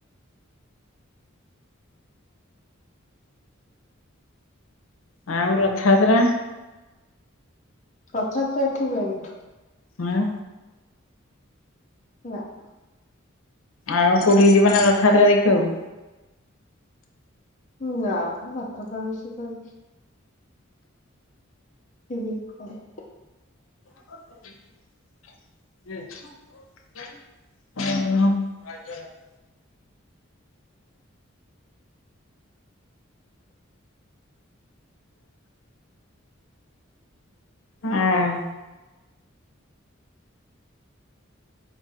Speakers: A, on the left; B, on the left.
A: ଆଉ ରଥଯାତ୍ରା?
B: ରଥଯାତ୍ରା ଏଠି ହୁଏନି।
A: ଆଉ
B: ନା
A: ଆଉ କୋଉଠିକି ଯିବ ନା ରଥଯାତ୍ରା ଦେଖିବାକୁ?
B: ଉଁ ନା ମଥ ପ୍ରବେଶିତ ନୁହେଁ ଟିଭିିନ କହେ।
A: ହୁଁ <unintelligible> ଆଉ ନୂହ। ଆଉ